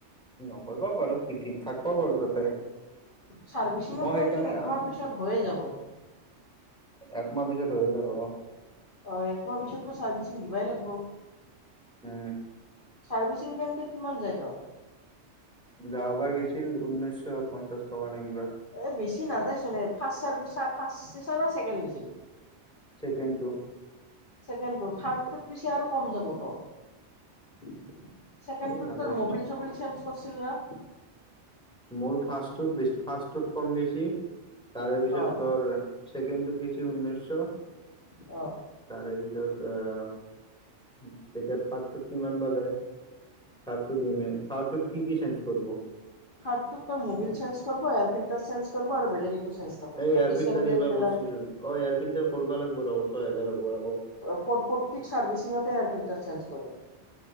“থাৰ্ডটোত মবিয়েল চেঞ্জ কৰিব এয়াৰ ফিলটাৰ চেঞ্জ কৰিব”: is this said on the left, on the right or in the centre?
Left